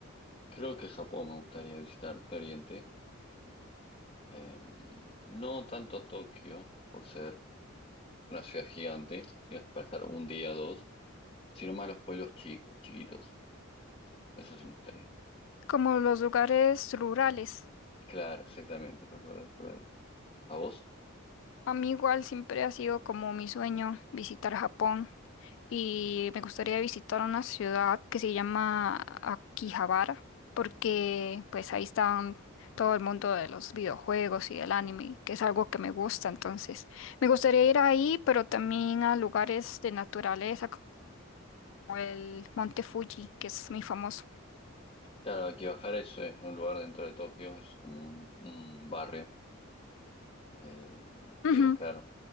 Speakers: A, on the left; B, on the left.
A: Creo que Japón me gustaría visitar de Oriente, eh, no tanto Tokio, por ser una ciudad gigante, ciudad para estar un día o dos, sino más los pueblos chicos, chiquitos. Eso sí me gustaría.
B: Como los lugares rurales.
A: Claro, exactamente, los lugares rurales. ¿A explorar. ¿A vos?
B: A mí igual siempre ha sido como mi sueño visitar Japón. y me gustaría visitar una ciudad que se llama Akihabara, porque pues ahí están todo el mundo de los videojuegos y del anime, que es algo que me gusta, entonces me gustaría ir ahí, pero también a lugares de naturaleza como el Monte Fuji, que es muy famoso.
A: Claro, Akibahara es, es un lugar dentro de Tokio, es como un, un barrio, eh,
B: Ujú,
A: pero claro,